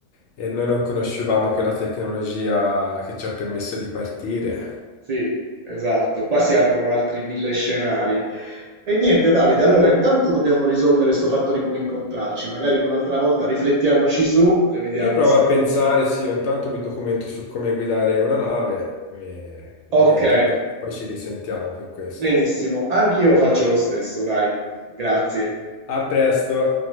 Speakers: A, on the left; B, on the right.
A: e noi non conoscevamo quella tecnologia che ci ha permesso di partire?
B: Sì, esatto, qua si aprono altri mille scenari. E niente, Davide, allora intanto dobbiamo risolvere questo fatto di come incontrarci, magari un'altra volta riflettiamoci su e vediamo
A: Io provo
B: se...
A: a pensare, sì, io intanto mi documento su come guidare una nave e, e
B: Ok.
A: niente, poi, poi ci risentiamo per questo.
B: Benissimo, anch'io faccio lo stesso, dai, grazie.
A: A presto!